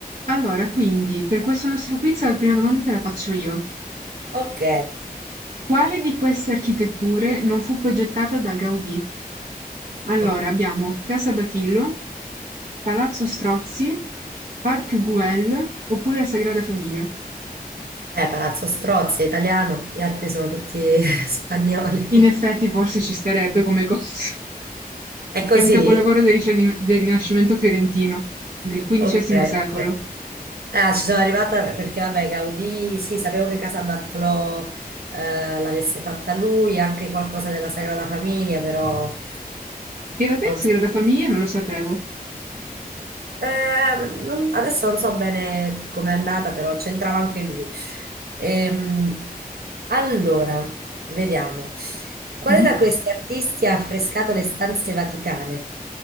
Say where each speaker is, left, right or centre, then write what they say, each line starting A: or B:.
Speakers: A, on the right (about 55°); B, on the right (about 80°).
A: Allora, quindi, per questo nostro quiz la prima domanda te la faccio io.
B: Ok.
A: Quale di queste architetture non fu progettata da Gaudì? Allora,
B: Oh,
A: abbiamo Casa Batillo, Palazzo Strozzi, Parc Güell oppure la Sagrada Famiglia.
B: eh, Palazzo Strozzi è italiano, gli altri sono tutti <laughs> spagnoli.
A: In effetti, forse ci starebbe come cosa. <laughs>
B: È
A: È
B: così?
A: un capolavoro del, Rinascim- del Rinascimento fiorentino, del XV
B: Ok,
A: secolo.
B: ok. Ah, ci sono arrivata perché, vabbè, Gaudì, sì, sapevo che Casa Batlló eh, l'avesse fatta lui, anche qualcosa della Sagrada Famiglia, però...
A: In realtà,
B: non
A: la Sagrada Famiglia non lo sapevo.
B: Eh, non- adesso non so bene com'è andata, però c'entrava anche lui. Ehm, allora, vediamo. Quale
A: Mhm.
B: da questi artisti ha affrescato le stanze vaticane?